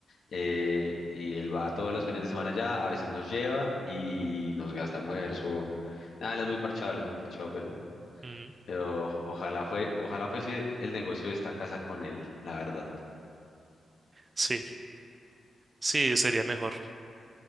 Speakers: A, on the left; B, on the right.
A: eh, y él va todos los fines de semana allá, a veces nos lleva y nos gasta almuerzo. Nada, él es muy parchado, él es muy parchado, pero,
B: Mm,
A: pero ojalá fue, ojalá fuese el negocio de esta casa con él, la verdad.
B: sí, sí, sería mejor.